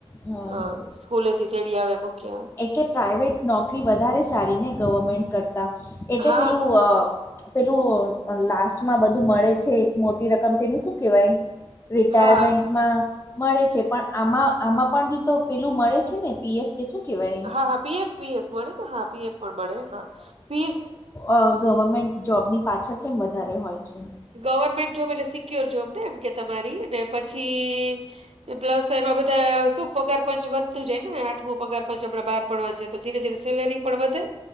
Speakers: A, on the left; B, on the right.
A: હા
B: હ
A: હા
B: સ્કૂલે થી તેડી આવે મૂકી આવે.
A: કે પ્રાઈવેટ નોકરી વધારે સારીને ગવર્મેન્ટ કરતા એટલે
B: હા
A: પેલું અ પેલું લાસ્ટમાં બધું મળે છે એક મોટી રકમ તેને શું કેવાય? રિટાયરમેન્ટન્ટમાં.
B: હા
A: મળે છે પણ આમાં આમાં પણ બી તો પેલું મળે છે ને પીએફ કે શું કેવાય?
B: હા હા, પીએફ પીએફ મળે તો હા પીએફ પણ મળે હા પીએફ
A: અ ગવર્મેન્ટ જોબની પાછળ કેમ વધારે હોય છે.
B: ગવર્મેન્ટ જોબ એટલે સિક્યોર જોબ ને એમ કે તમારી પછી પ્લસ એમાં બધા શું પગાર પંચ વધતું જાયને આઠમું પગાર પંચ અમણાં બાર પડવા જ તો ધીરે ધીરે સેલેરી પણ વધે